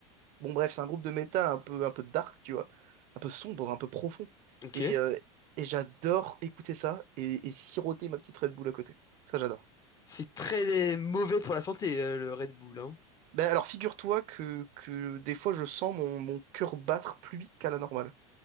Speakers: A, on the right; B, on the left.
A: Bon, bref, c'est un groupe de métal un peu, un peu dark, tu vois. Un peu sombre, un peu profond.
B: OK.
A: Et, euh, et j'adore écouter ça et, et siroter ma petite Red Bull à côté. Ça, j'adore.
B: C'est très euh, mauvais pour la santé euh, le Red Bull hein.
A: Ben alors figure-toi que, que des fois je sens mon, mon cœur battre plus vite qu'à la normale.